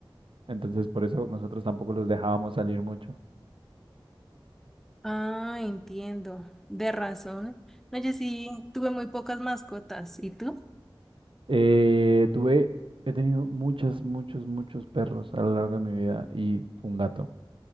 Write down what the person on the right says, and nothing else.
Entonces por eso nosotros tampoco los dejábamos salir mucho.
Eh, tuve, he tenido muchos, muchos, muchos perros a lo largo de mi vida y un gato.